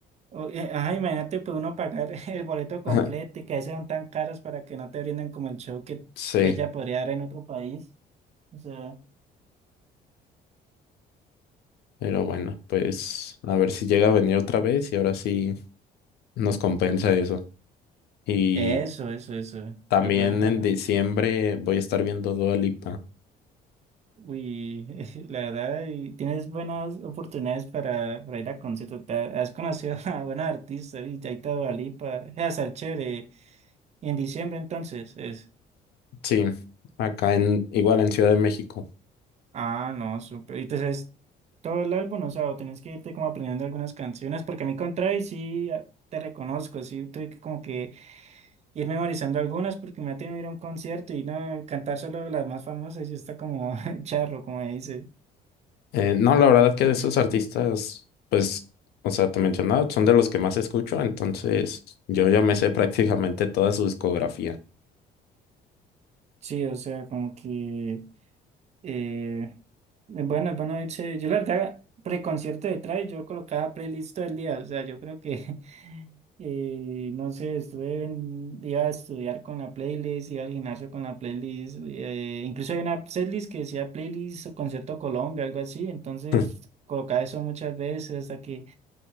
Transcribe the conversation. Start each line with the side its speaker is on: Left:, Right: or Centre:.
Right: O- eh, Ajá, imagínate pues uno pagar <laughs> el boleto completo
Left: <laughs>
Right: y que a veces son tan caros para que no te brinden como el show que
Left: Sí,
Right: ella podría dar en otro país. O sea,
Left: pero bueno, pues a ver si llega a venir otra vez y ahora sí nos compensa eso. Y
Right: eso, eso, eso,
Left: también
Right: ¿verdad? Ojalá.
Left: en diciembre voy a estar viendo Dua Lipa.
Right: Uy, <laughs> la verdad, y tienes buenas oportunidades para, para ir a conciertos. Te ha- Has conocido <laughs> a buenos artistas, y Yaita Dua Lipa, es a ser chévere. Y en diciembre entonces es.
Left: Sí, acá en, igual en Ciudad de México.
Right: Ah, no, súper. Y entonces, todo el álbum, o sea, o tenés que irte como aprendiendo algunas canciones, porque a mí con Travis sí ah, te reconozco, sí tuve que como que ir memorizando algunas, porque me ha tenido que ir a un concierto y no cantar solo las más famosas y está como <laughs> charro, como dice.
Left: Eh, no, la verdad que de esos artistas, pues, o sea, te mencionaba, son de los que más escucho, entonces yo ya me sé prácticamente toda su discografía.
Right: Sí, o sea, como que. Eh, es bueno, es bueno irse. Yo la verdad, preconcierto de Travis, yo colocaba playlist todo el día. O sea, yo creo que, <laughs> eh, no sé, estuve en- iba a estudiar con la playlist, iba al gimnasio con la playlist. eh, incluso hay una playlist que decía playlist o concierto Colombia, algo así. Entonces
Left: <laughs>
Right: colocaba eso muchas veces hasta que